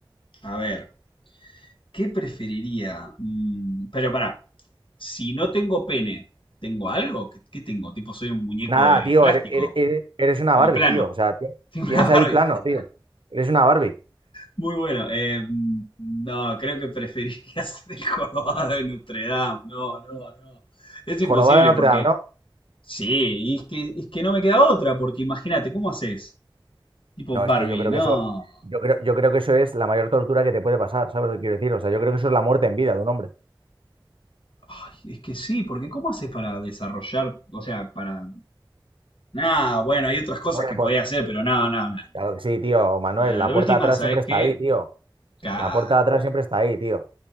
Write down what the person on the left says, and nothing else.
a ver, ¿qué preferiría? Mm, pero pará, si no tengo pene, ¿tengo algo? ¿Qué, qué tengo? Tipo, soy un muñeco
de
plástico,
tengo
plano,
<laughs> tengo
una Barbie.
<laughs>
Muy bueno, em, no, creo que preferiría <laughs> ser el jorobado de Notre Dame. No, no, no. Es
imposible
porque,
sí, y es que, es que no me queda otra, porque imagínate, ¿cómo haces? Tipo
Barbie,
no.
Ay, es que sí, porque ¿cómo haces para desarrollar? O sea, para. Nah, bueno, hay otras cosas
que
podía hacer, pero no, no, no, no,
no. Nah,
de
última,
¿sabes
qué?
Claro,
pero.